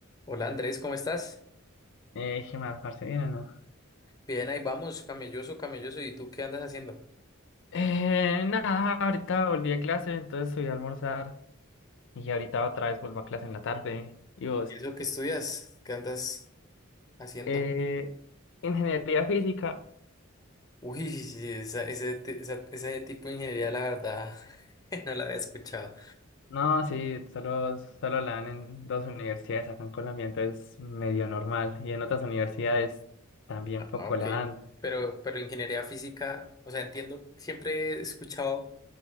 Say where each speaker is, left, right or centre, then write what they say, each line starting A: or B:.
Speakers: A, on the left; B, on the left.
A: Hola Andrés, ¿cómo estás?
B: Eh, ¿qué más, parce? ¿Bien o no?
A: Bien, ahí vamos, camelloso, camelloso. ¿Y tú qué andas haciendo?
B: Eh, nada, ahorita volví a clase, entonces subí a almorzar y ahorita otra vez vuelvo a clase en la tarde. ¿Y vos?
A: ¿Eso que estudias? ¿Qué andas haciendo?
B: Eh, ingeniería física.
A: <laughs> Uy, sí, esa, ese, ti- esa- ese tipo de ingeniería, la verdad, <laughs> no la había escuchado.
B: No, sí, solo, solo la dan en dos universidades acá en Colombia, entonces medio normal. Y en otras universidades también
A: Ah,
B: poco
A: ok.
B: la dan.
A: Pero, pero ingeniería física, o sea, entiendo, siempre he escuchado